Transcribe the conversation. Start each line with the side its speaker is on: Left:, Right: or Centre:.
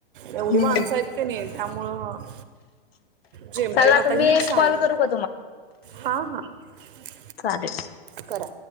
Right: एवढी
Left: हम्म
Right: माणसं आहेत का नाही. त्यामुळ. जेमते
Left: चला
Right: म आता
Left: मी
Right: ही
Left: एक
Right: शाळे
Left: कॉल करू का
Right: हा हा. <inaudible>
Left: साधे.
Right: करा